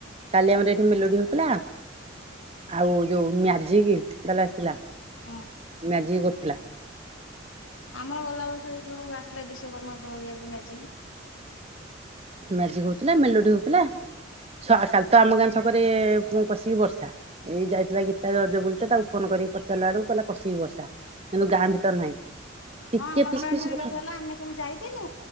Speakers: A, on the right (about 30°); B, on the left (about 85°).
A: କାଲି ଆମର ଏଠି ମେଲୋଡି ହଉଥିଲା। ଆଉ ଯୋଉ ମ୍ୟାଜିକବାଲା ଆସିଥିଲା ମ୍ୟାଜିକ
B: ହୁଁ
A: କରୁଥିଲା।
B: ଆମର ଗଲା ବର୍ଷ ଏଇ ଯୋଉ ଆସିଥିଲା ବିଶ୍ଵକର୍ମା ପଡିଆକୁ ମ୍ୟାଜିକ୍।
A: ମ୍ୟାଜିକ ହଉଥିଲା ମେଲୋଡି ହଉଥିଲା ଛ କାଲି ତ ଆମ ଗାଁ ଛକରେ କଷିକି ବର୍ଷା। ଏଇ ଯାଇଥିଲା ଗୀତା <unintelligible> ବୁଲିତେ ତାକୁ ଫୋନ କରିକି ପଚାରିଲାଆଳକୁ କହିଲା କଷିକି ବର୍ଷା କିନ୍ତୁ ଗାଁ ଭିତର ନାହିଁ।
B: ହଁ
A: ଟିକେ
B: ଆମର
A: ଫିସ୍
B: ବା <unintelligible>
A: ଫିସ୍ ପକେଇଲା
B: ମେଘ ହେଲା ଆମେ ସେମିତି ଯାଇଥିଲୁ